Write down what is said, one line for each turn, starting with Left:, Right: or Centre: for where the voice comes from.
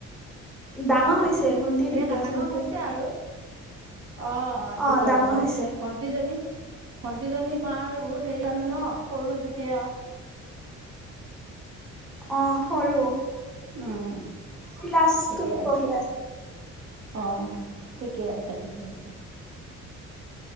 Centre: ডাঙৰ
Right: অঁ
Centre: হৈছে ভন্টি দ্বিতীয়
Right: এনে ডাঙৰ
Centre: শ্ৰেণীত
Right: হৈছে
Centre: পঢ়িছে।
Right: আৰু অঁ
Centre: অ'
Right: ঠিকে
Centre: ডাঙৰ
Right: আছে
Centre: হৈছে
Right: ভটিজনী ভণ্টিজনী তোমাৰ বহুত হেৰি জানো ন সৰু যেতিয়া
Centre: অঁ সৰু
Right: উম
Centre: ক্লাছ
Right: ঠিকে
Centre: টুত
Right: আছে
Centre: পঢ়ি
Right: অঁ ঠিকে আছে ঠিকে আছে উমম